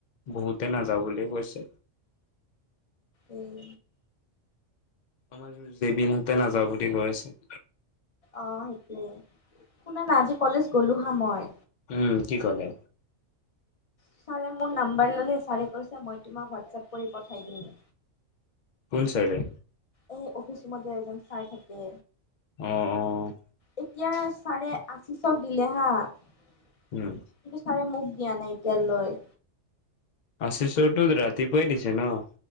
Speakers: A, on the left; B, on the left.
A: বহুতে নাযাওঁ বুলিয়ে কৈছে।
B: উম!
A: আমাৰ জেবিনহঁতে নাযাওঁ বুলি কৈ আছে।
B: অ'! সেইটোৱে, শুনা না! আজি কলেজ গলোঁ হা মই।
A: উম! কি ক'লে?
B: ছাৰে মোৰ নাম্বাৰ ল'লে। ছাৰে কৈছে, মই তোমাক হোৱাটছএপ কৰি পঠাই দিম।
A: কোন ছাৰে?
B: এই অফিচ ৰুমত যে এজন ছাৰ থাকে।
A: অ'! অ'!
B: এতিয়া, ছাৰে আশীষক দিলে হা! কিকু
A: উম,
B: চাৰে মোক দিয়া নাই এতিয়ালৈ।
A: আশীষৰটো ৰাতিপুৱাই দিছে ন'।